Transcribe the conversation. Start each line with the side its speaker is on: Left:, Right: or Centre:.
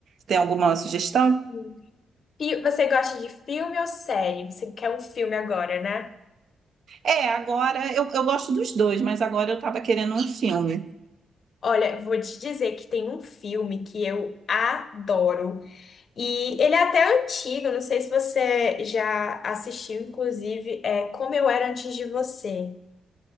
Right: Tem alguma sugestão?
Left: uhum. E você gosta de filme ou série? Você quer um filme agora, né?
Right: É, agora eu, eu gosto dos dois, mas agora eu tava querendo um filme.
Left: Olha, vou te dizer que tem um filme que eu adoro. E ele é até antigo, não sei se você já assistiu, inclusive, é Como Eu Era Antes de Você.